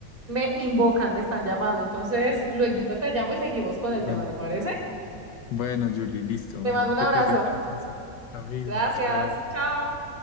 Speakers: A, on the right (about 30°); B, on the left (about 75°).
A: me invocan, me están llamando. Entonces, luego te llamo y seguimos con el
B: bueno,
A: tema, ¿te parece?
B: bueno, Julie, listo,
A: Te
B: bueno,
A: mando un
B: que
A: abrazo.
B: te rinda entonces. Lo mismo,
A: Gracias.
B: chao.
A: Chao.